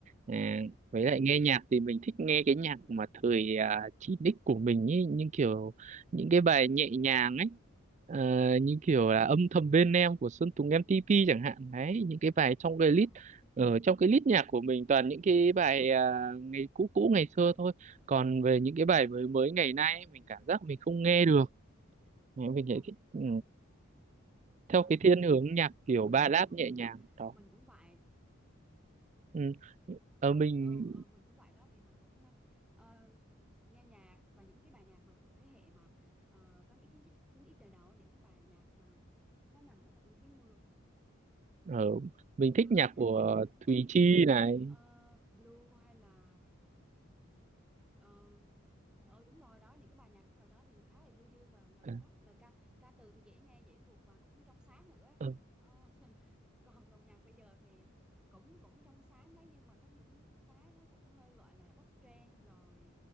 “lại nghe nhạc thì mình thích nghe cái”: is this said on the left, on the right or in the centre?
Right